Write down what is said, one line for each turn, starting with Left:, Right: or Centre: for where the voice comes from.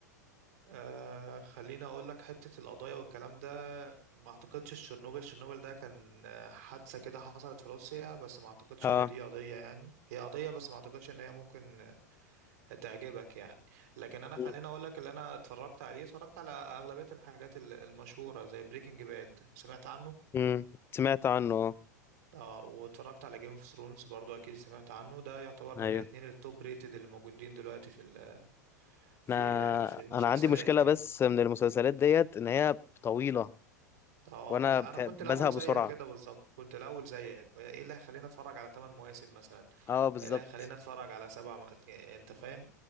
Right: آه خليني اقول لك حته القضايا والكلام ده ما اعتقدش تشيرنوبل تشيرنوبل ده كان آه، حادثه كده حصلت في روسيا بس ما اعتقدش
Left: اه
Right: ان دي قضيه يعني هي قضيه بس ما اعتقدش ان هي ممكن تعجبك يعني لكن انا خليني
Left: مم.
Right: اقول لك اللي انا اتفرجت عليه اتفرجت على اغلبيه الحاجات ال- المشهوره زي بريكنج باد سمعت عنه
Left: مم. سمعت عنه اه
Right: اه واتفرجت على جيم اوف ثرونز برضو اكيد سمعت عنه ده يعتبر
Left: ايوه
Right: من الاثنين التوب ريتد اللي موجودين دلوقتي في ال- في
Left: انا
Right: في المسلسلات
Left: انا عندي مشكلة
Right: يعني
Left: بس من المسلسلات ديت ان هي طويلة
Right: اه
Left: وانا
Right: لا
Left: بت-
Right: انا كنت
Left: بزهق
Right: الاول
Left: بسرعة
Right: زيك كده بالظبط كنت الاول زيك ايه اللي هيخليني اتفرج على 8 مواسم مثلا
Left: اه بالظبط
Right: ايه اللي هيخليني اتفرج على سبع مو... يعني انت فاهم